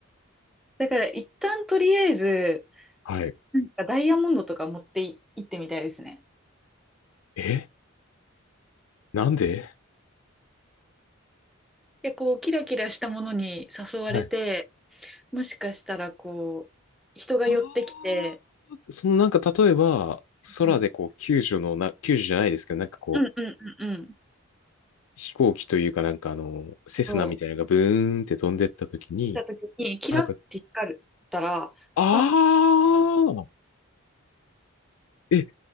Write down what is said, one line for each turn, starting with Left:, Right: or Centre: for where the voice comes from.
Centre: だから一旦とりあえず、
Left: はい。
Centre: うんダイヤモンドとか持ってい行ってみたいですね。
Left: えなんで
Centre: で、こう、キラキラしたものに誘われて、
Left: はい。
Centre: もしかしたら、こう、人が寄ってきて、
Left: あそのなんか例えば、空でこう救助のな、
Centre: うん、
Left: 救助じゃないですけど、なんかこう、
Centre: うん、うん、うん、うん、
Left: 飛行機というかなんかあの、セスナみたいなのがブーンって飛んでった時に、
Centre: そう、来た時に、キラって光ったら、
Left: なんか、あ
Centre: あ、
Left: ーえ、